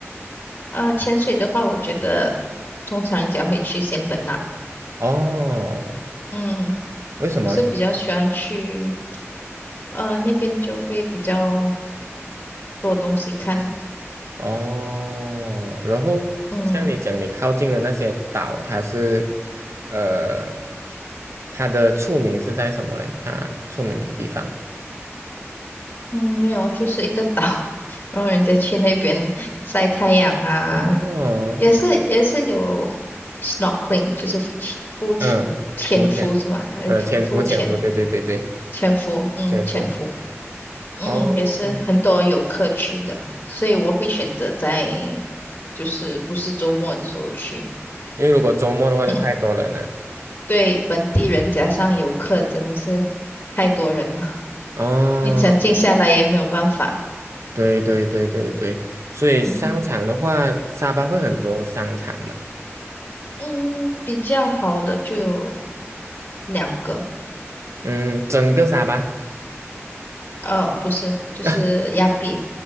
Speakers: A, on the left; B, on the right.
A: 啊，潜水的话，我觉得通常人会去仙本那。
B: 哦，
A: 嗯，
B: 为什么诶？
A: 我是比较喜欢去，呃，那边就会比较多东西看。
B: 哦，然后像你讲，
A: 嗯
B: 你靠近的那些岛，它是呃它的出名是在什么嘞？它出名的地方？
A: 嗯，没有，就是一个岛，<laughs> 然后人家去那边晒太阳啊，
B: 哦，
A: 也是也是有 snorkeling，就是浮潜浮潜潜伏是吗？
B: 嗯，浮潜，
A: 还有浮浮潜
B: 呃，潜伏，潜伏，对对对对，
A: 潜伏，嗯，
B: 潜伏。
A: 潜伏。嗯，
B: 哦，
A: 也是很多游客去的，所以我会选择在就是不是周末的时候去。
B: 因为如果周末的话就太多人了。
A: <laughs> 对本地人加上游客，真的是太多人了，<laughs>
B: 哦，
A: 你想静下来也没有办法。
B: 对对对对对，所以商场的话，
A: 嗯
B: 沙巴会很多商场嘛，
A: 嗯，比较好的就有两个，
B: 嗯，整个沙巴
A: 呃，不是，就是亚庇，
B: <laughs>